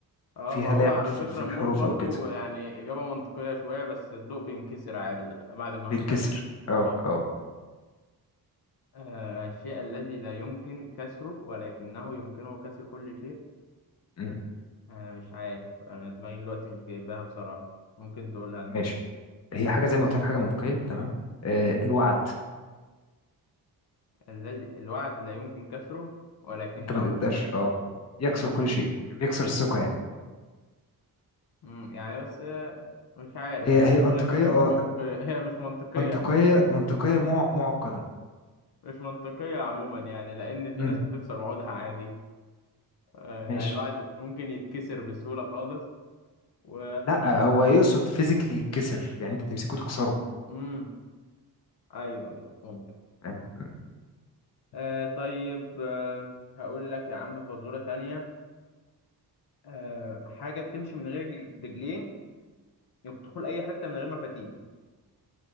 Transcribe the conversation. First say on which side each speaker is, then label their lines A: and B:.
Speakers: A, on the left; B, on the left.
A: آه
B: فيها
A: ما هو
B: لعب
A: على
B: في
A: فكرة
B: في الحروف
A: النور برضو
B: او كده
A: يعني إجابة منطقية شوية بس الضوء بينكسر عادي <laughs> ل- بعد ما
B: بينكسر
A: <laughs>
B: اه
A: آه
B: اه
A: آه، الشيء الذي لا يمكن كسره ولكنه يمكنه كسر كل شيء
B: أمم،
A: آه مش عارف أنا دماغي دلوقتي مش جايباها بصراحة ممكن تقولها أنت
B: ماشي هي حاجه زي ما قلت لك حاجه منطقيه تمام آه
A: مم.
B: الوعد
A: الذي الوعد لا يمكن كسره ولكنه
B: انت ما تقدرش اه يكسر
A: يمكن
B: كل شيء بيكسر الثقه يعني
A: مم، يعني بس آه، مش عارف
B: هي
A: يعني
B: هي منطقية
A: اقول لك اجابه
B: اه
A: مش منطقيه <laughs> هي مش منطقيه
B: منطقية منطقية مع... معقدة
A: مش منطقيه عموما يعني لان في
B: امم
A: ناس بتكسر وعودها عادي آه، يعني
B: ماشي
A: الواحد ممكن يتكسر بسهوله خالص و
B: لا هو يقصد فيزيكلي يتكسر يعني انت تمسكه تكسره
A: امم ايوه ايوه ممكن
B: فاهم مم.
A: آه طيب آه هقول لك يا عم فزوره تانية آه حاجه بتمشي من غير رج- رجلين وبتدخل اي حته من غير مفاتيح